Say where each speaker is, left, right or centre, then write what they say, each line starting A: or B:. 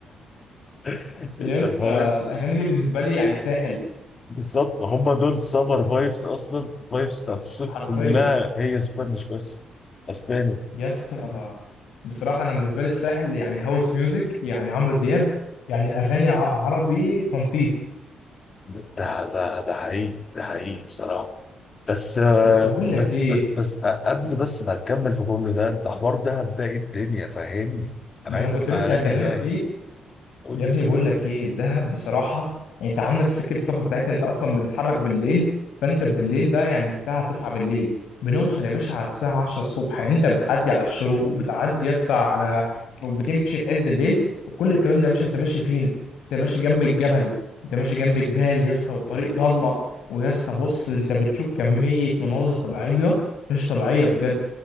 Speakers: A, on the left; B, on the left.
A: <laughs>
B: يس
A: انت فاهم
B: الاغاني دي بالنسبه لي يعني ساحل
A: بالظبط هم دول سمر فايبس اصلا فايبس بتاعت الصيف
B: حرفيا
A: كلها هي اسبانيش بس اسباني
B: يس بصراحه انا بالنسبه لي الساحل يعني هاوس ميوزك يعني عمرو دياب يعني اغاني ع- عربي تنطيط
A: ده ده ده ده حقيقي ده حقيقي بصراحه بس آه،
B: بس بقول لك
A: بس
B: ايه
A: بس بس آه، قبل بس ما تكمل في كل ده انت حوار دهب ده ايه الدنيا فهمني
B: ما
A: انا عايز
B: انا كنت
A: اسمع
B: لسه
A: اغاني
B: هكلمك
A: هناك
B: فيه
A: قول
B: يا
A: لي
B: ابني بقول لك ايه الدهب بصراحه يعني انت عندك سكه السفر بتاعتها انت اصلا بنتحرك بالليل فانت بالليل ده يعني الساعه 9 بالليل بنوصل يا باشا على الساعه 10 الصبح يعني انت بتعدي على الشروق وبتعدي يا اسطى على بتمشي في عز الليل وكل الكلام ده يا باشا انت ماشي فين؟ انت ماشي جنب الجبل انت ماشي جنب جبال يا اسطى وطريق ضلمه ويا اسطى بص انت بتشوف كميه مناظر طبيعيه مش طبيعيه بجد